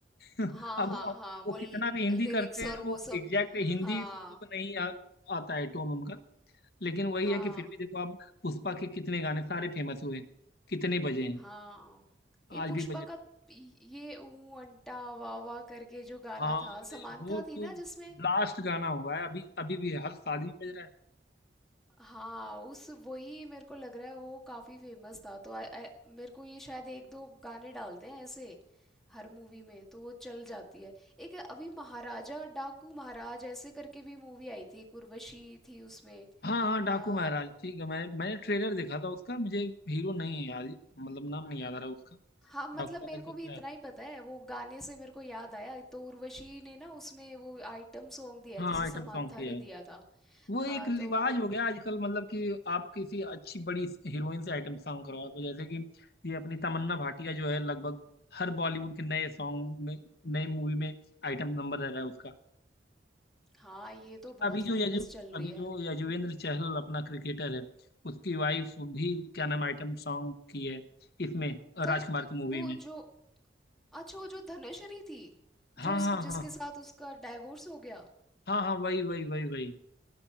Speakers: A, on the left; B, in the centre.
A: <laughs>
B: हाँ
A: अब
B: हाँ
A: वो
B: हाँ
A: वो
B: वो
A: कितना भी हिंदी
B: लिरिक्स
A: करते हैं
B: और
A: वो
B: वो सब
A: एग्जैक्ट हिंदी
B: हाँ
A: तो नहीं आ, आता है टोन उनका लेकिन वही
B: हाँ
A: है कि फिर भी देखो आप पुष्पा के कितने गाने सारे फेमस हुए कितने बजे हैं
B: हाँ ये
A: आज
B: पुष्पा
A: भी बजे
B: का ये ऊ अंटा वाह वाह करके जो गाना
A: हाँ
B: था
A: अरे
B: समांथा
A: वो
B: थी
A: तो
B: ना जिसमें
A: लास्ट गाना हुआ है अभी अभी भी हर शादी में बज रहा है
B: हाँ, उस वही मेरे को लग रहा है वो काफ़ी फेमस था तो आ, आ, मेरे को ये शायद एक दो गाने डालते हैं ऐसे हर मूवी में तो वो चल जाती है एक अभी महाराजा डाकू महाराज ऐसे करके भी मूवी आई थी एक उर्वशी थी उसमें
A: हाँ हाँ डाकू
B: आ,
A: महाराज ठीक है मैं मैंने ट्रेलर देखा था उसका मुझे हीरो नहीं है याद मतलब नाम नहीं याद आ रहा उसका
B: हाँ मतलब
A: डाकू महाराज
B: मेरे को
A: करके
B: भी इतना
A: आया
B: ही पता है वो गाने से मेरे को याद आया तो उर्वशी ने ना उसमें वो आइटम सॉन्ग दिया है
A: था। हाँ
B: जिसे
A: आइटम
B: समांथा
A: सॉन्ग किया
B: ने दिया था
A: वो एक
B: हाँ
A: रिवाज
B: तो
A: हो गया आजकल मतलब कि आप किसी अच्छी बड़ी हीरोइन से आइटम सॉन्ग करवा दो जैसे कि ये अपनी तमन्ना भाटिया जो है लगभग हर बॉलीवुड के नए सॉन्ग में नए मूवी में आइटम नंबर रह रहा है उसका
B: हाँ ये तो बहुत
A: अभी जो
B: फेमस
A: यजु
B: चल रही
A: अभी
B: है
A: जो यजुवेंद्र चहल अपना क्रिकेटर है उसकी वाइफ भी क्या नाम आइटम सॉन्ग की है इसमें
B: तर
A: राजकुमार की मूवी
B: वो
A: में
B: जो अच्छा वो जो धनश्री थी
A: हाँ
B: जो उस
A: हाँ
B: जिसके
A: हाँ
B: साथ उसका डाइवोर्स हो गया
A: हाँ हाँ वही वही वही वही